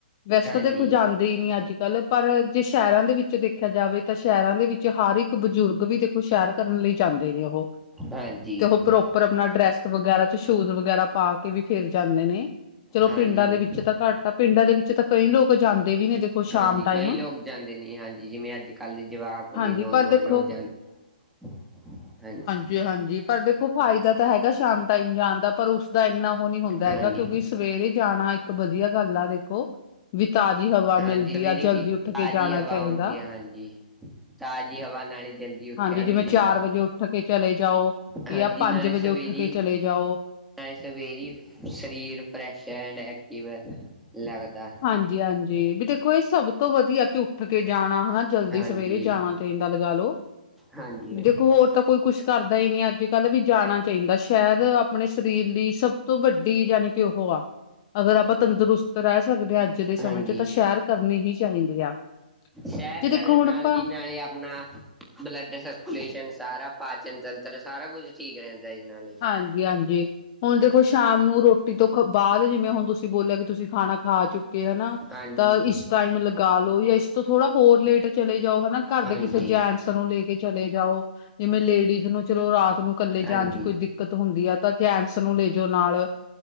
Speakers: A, on the left (about 25°); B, in the centre.
A: ਵੈਸੇ
B: ਹਾਂਜੀ
A: ਤਾਂ ਦੇਖੋ ਜਾਂਦੇ ਈ ਨੀ ਅੱਜ ਕੱਲ੍ਹ ਪਰ ਜੇ ਸ਼ਹਿਰਾਂ ਦੇ ਵਿੱਚ ਦੇਖਿਆ ਜਾਵੇ ਤਾਂ ਸ਼ਹਿਰਾਂ ਦੇ ਵਿੱਚ ਹਰ ਇੱਕ ਬਜ਼ੁਰਗ ਵੀ ਦੇਖੋ ਸ਼ੈਰ ਕਰਨ ਲਈ ਜਾਂਦੇ ਨੇ ਉਹੋ,
B: ਹਾਂਜੀ
A: ਤੇ ਉਹ ਪਰੋ ਪਰ ਆਪਣਾ ਡਰੈੱਸ ਵਗੈਰਾ ਤੇ ਸ਼ੂਜ ਵਗੈਰਾ ਪਾ ਕੇ ਵੀ ਫੇਰ ਜਾਂਦੇ ਨੇ। ਚਲੋ
B: ਹਾਂਜੀ
A: ਪਿੰਡਾਂ ਦੇ ਵਿੱਚ ਤਾਂ ਘੱਟ ਆ ਪਿੰਡਾਂ ਦੇ ਵਿੱਚ ਤਾਂ ਕਈ ਲੋਕ ਜਾਂਦੇ ਵੀ ਨੇ ਦੇਖੋ ਸ਼ਾਮ
B: ਹਾਂਜੀ
A: ਟਾਈਮ
B: ਕਈ ਲੋਕ ਜਾਂਦੇ ਨੇ ਹਾਂਜੀ ਜਿਵੇਂ ਅੱਜ ਕੱਲ੍ਹ ਦੇ ਜਵਾਕ ਹੋ
A: ਹਾਂਜੀ
B: ਗਏ ਨੌਜਵਾਨ
A: ਪਰ ਦੇਖੋ
B: ਉਹ ਜਾਂਦੇ ਹਾਂਜੀ
A: ਜੀ ਹਾਂਜੀ ਪਰ ਦੇਖੋ ਫਾਇਦਾ ਤਾਂ ਹੈਗਾ ਸ਼ਾਮ ਟਾਈਮ ਜਾਣ ਦਾ, ਪਰ ਉਸਦਾ ਇੰਨਾ ਉਹ ਨੀ ਹੁੰਦਾ
B: ਹਾਂਜੀ
A: ਹੈਗਾ ਕਿਉਂਕਿ ਸਵੇਰੇ ਜਾਣਾ ਇੱਕ ਵਧੀਆ ਗੱਲ ਆ ਦੇਖੋ। ਵੀ ਤਾਜ਼ੀ ਹਵਾ
B: ਹਾਂਜੀ
A: ਮਿਲਦੀ
B: ਸਵੇਰੇ
A: ਆ ਜਲਦੀ
B: ਕੀ
A: ਉੱਠ
B: ਤਾਜ਼ੀ
A: ਕੇ ਜਾਣਾ
B: ਹਵਾ
A: ਚਾਹੀਦਾ।
B: ਹੁੰਦੀ ਹੈ ਹਾਂਜੀ ਤਾਜ਼ੀ ਹਵਾ ਨਾਲ ਈ ਜਲਦੀ ਉੱਠਿਆ
A: ਹਾਂਜੀ
B: ਵੀ
A: ਜਿਵੇਂ
B: ਜਾਂਦਾ
A: ਚਾਰ ਵਜੇ ਉੱਠ ਕੇ ਚਲੇ ਜਾਓ
B: ਹਾਂਜੀ
A: ਜਾਂ ਪੰਜ
B: ਨਾਲੇ
A: ਵਜੇ
B: ਸਵੇਰੀ
A: ਉੱਠ ਕੇ ਚਲੇ ਜਾਓ
B: ਨਾਲੇ ਸਵੇਰੇ ਸ਼ਰੀਰ ਫਰੈਸ਼ ਐਂਡ ਐਕਟਿਵ ਲਗਦਾ।
A: ਹਾਂਜੀ ਹਾਂਜੀ ਵੀ ਦੇਖੋ ਇਹ ਸਭ ਸਭ ਤੋਂ ਵਧੀਆ ਕਿ ਉੱਠ ਕੇ ਜਾਣਾ ਹਨਾ ਜਲਦੀ
B: ਹਾਂਜੀ
A: ਸਵੇਰੇ ਜਾਣਾ ਚਾਹੀਦਾ ਲਗਾ ਲੋ
B: ਹਾਂਜੀ
A: ਵੀ ਦੇਖੋ ਹੋਰ ਤਾਂ ਕੋਈ ਕੁੱਛ ਕਰਦਾ ਹੀ ਨਹੀਂ ਅੱਜ ਕੱਲ੍ਹ ਵੀ ਜਾਣਾ ਚਾਹੀਦਾ, ਸੈਰ ਆਪਣੇ ਸਰੀਰ ਲਈ ਸਭ ਤੋਂ ਵੱਡੀ ਜਾਣੀ ਕਿ ਉਹੋ ਆ, ਅਗਰ ਆਪਾਂ ਤੰਦਰੁਸਤ ਰਹਿ ਸਕਦੇ ਅੱਜ ਅੱਜ ਦੇ ਸਮਯ
B: ਹਾਂਜੀ
A: 'ਚ ਤਾਂ ਸੈਰ ਕਰਨੀ ਹੀ ਚਾਹੀਦੀ ਆ।
B: ਸੈਰ
A: ਜੇ ਦੇਖੋ
B: ਕਰਨ
A: ਹੁਣ
B: ਨਾਲ
A: ਆਪਾਂ
B: ਜੀ ਨਾਲੇ ਆਪਣਾ ਬਲੱਡ ਸਰਕੂਲੇਸ਼ਨ ਸਾਰਾ ਪਾਚਨ-ਤੰਤਰ ਸਾਰਾ ਕੁਝ ਠੀਕ ਰਹਿੰਦਾ ਜੀ ਨਾਲੇ।
A: ਹਾਂਜੀ ਹਾਂਜੀ ਹੁਣ ਦੇਖੋ ਸ਼ਾਮ ਨੂੰ ਰੋਟੀ ਤੋਂ ਬਾਦ ਜਿਵੇਂ ਹੁਣ ਤੁਸੀਂ ਬੋਲਿਆ ਕਿ ਤੁਸੀਂ ਖਾਣਾ ਖਾ ਆ ਚੁੱਕੇ ਹਨਾ
B: ਹਾਂਜੀ
A: ਤਾਂ ਇਸ ਟਾਈਮ ਲਗਾ ਲਓ ਜਾਂ ਇਸ ਤੋਂ ਥੋੜਾ ਹੋਰ ਲੇਟ ਚਲੇ ਜਾਓ ਹਨਾ ਘਰ
B: ਹਾਂਜੀ
A: ਦੇ ਕਿਸੇ ਜੈਂਟਸ ਨੂੰ ਲੈ ਕੇ ਚਲੇ ਜਾਓ ਜਿਵੇਂ ਲੇਡੀਜ਼ ਨੂੰ ਚਲੋ ਰਾਤ ਨੂੰ ਕੱਲੇ
B: ਹਾਂਜੀ
A: ਜਾਣ ਚ ਕੋਈ ਦਿੱਕਤ ਹੁੰਦੀ ਆ, ਤਾਂ ਜੈਂਟਸ ਨੂੰ ਲੈਜੋ ਨਾਲ